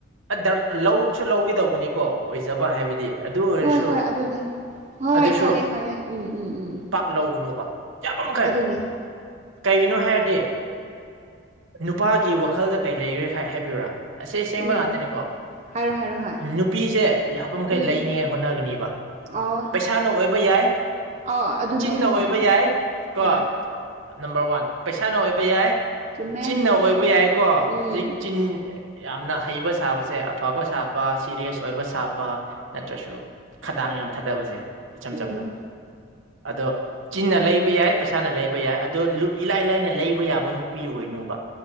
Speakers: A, on the right; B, on the right.
A: ꯗꯔ ꯂꯧꯁꯨ ꯂꯧꯒꯗꯧꯕꯅꯤꯀꯣ ꯑꯣꯏꯖꯕ ꯍꯥꯏꯕꯗꯤ ꯑꯗꯨ ꯑꯣꯏꯔꯁꯨ
B: ꯍꯣꯏ ꯍꯣꯏ ꯑꯗꯨꯅꯦ ꯍꯣꯏ
A: ꯑꯗꯨꯁꯨ
B: ꯈꯪꯉꯦ ꯈꯪꯉꯦ ꯎꯝ ꯎꯝ ꯎꯝ
A: ꯄꯥꯛ ꯂꯧꯒꯅꯨꯕ ꯌꯥꯕ ꯃꯈꯩ
B: ꯑꯗꯨꯅꯦ
A: ꯀꯒꯤꯅꯣ ꯍꯥꯏꯔꯗꯤ ꯅꯨꯄꯥꯒꯤ ꯋꯥꯈꯜꯗ ꯀꯩ ꯂꯩꯔꯦ ꯍꯥꯏꯕꯤꯌꯨꯔꯥ ꯑꯁꯤ ꯑꯁꯦꯡꯕ
B: ꯎꯝ
A: ꯉꯥꯛꯇꯅꯤꯀꯣ
B: ꯍꯥꯏꯔꯣ ꯍꯥꯏꯔꯣ ꯍꯣꯏ
A: ꯅꯨꯄꯤꯁꯦ ꯌꯥꯕ ꯃꯈꯩ
B: ꯎꯝ
A: ꯂꯩꯅꯤꯉꯥꯏ ꯍꯣꯠꯅꯒꯅꯤꯕ
B: ꯑꯣ
A: ꯄꯩꯁꯥ ꯏꯁꯥꯅ ꯑꯣꯏꯕ ꯌꯥꯏ
B: ꯑꯣ ꯑꯗꯨꯅꯦ
A: ꯆꯤꯟꯅ
B: ꯍꯣꯏ
A: ꯑꯣꯏꯕ ꯌꯥꯏ ꯀꯣ
B: ꯍꯣꯏ
A: ꯅꯝꯕꯔ ꯋꯥꯟ ꯄꯩꯁꯥꯅ ꯑꯣꯏꯕ ꯌꯥꯏ
B: ꯆꯨꯝꯃꯦ
A: ꯆꯤꯟꯅ ꯑꯣꯏꯕ ꯌꯥꯏꯀꯣ
B: ꯎꯝ
A: ꯍꯧꯖꯤꯛ ꯆꯤꯟ ꯌꯥꯝꯅ ꯍꯩꯕ ꯁꯥꯕꯁꯦ ꯐꯕ ꯁꯥꯕ ꯁꯤꯔꯤꯌꯁ ꯑꯣꯏꯕ ꯁꯥꯕ ꯅꯠꯇ꯭ꯔꯁꯨ ꯈꯗꯥꯡ ꯌꯥꯝ ꯊꯥꯗꯕꯁꯦ ꯏꯆꯝ
B: ꯎꯝ
A: ꯆꯝꯅ ꯑꯗꯣ ꯆꯤꯟꯅ ꯂꯩꯕ ꯌꯥꯏ ꯄꯩꯁꯥꯅ ꯂꯩꯕ ꯌꯥꯏ ꯑꯗꯣ ꯏꯂꯥꯏ ꯂꯥꯏꯅ ꯂꯩꯕ ꯌꯥꯕ ꯅꯨꯄꯤ ꯑꯣꯏꯅ ꯎꯕ